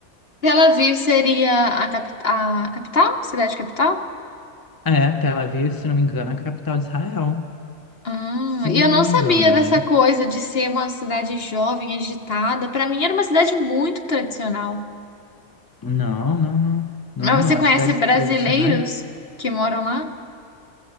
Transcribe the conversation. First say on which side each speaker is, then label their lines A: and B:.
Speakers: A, on the left; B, on the left.
A: Tel Aviv seria a, capi- a capital? Cidade capital?
B: É, Tel Aviv, se não me engano, é a capital de Israel.
A: Ah,
B: Se
A: e
B: eu
A: eu
B: não
A: não
B: me
A: sabia
B: engano,
A: dessa
B: né?
A: coisa de ser uma cidade jovem, agitada. Para mim era uma cidade muito tradicional.
B: Não, não, não. Não
A: Mas
B: é não.
A: você conhece
B: As cidades
A: brasileiros
B: tradicionais.
A: que moram lá?